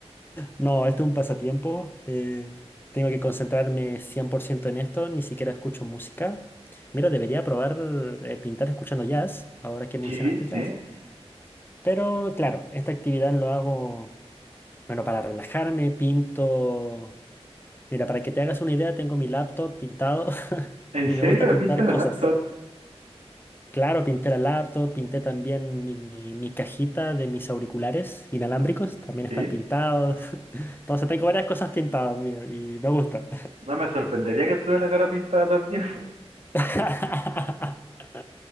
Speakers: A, on the left; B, on the right.
A: No, esto es un pasatiempo. eh, tengo que concentrarme 100% en esto. Ni siquiera escucho música. Mira, debería probar eh, pintar escuchando jazz, ahora que mencionaste
B: Sí,
A: el
B: sí.
A: jazz. Pero claro, esta actividad lo hago, bueno, para relajarme, pinto. Mira, para que te hagas una idea, tengo mi laptop pintado <laughs>
B: ¿En
A: y
B: serio
A: me gusta
B: le
A: pintar
B: pintas
A: cosas.
B: el laptop?
A: Claro, pinté la laptop, pinté también mi, mi cajita de mis auriculares inalámbricos,
B: Mm,
A: también están
B: Sí.
A: pintados. <laughs> Entonces tengo varias cosas pintadas, mío, y me gusta.
B: No me sorprendería que tuvieras la cara pintada también.
A: <laughs>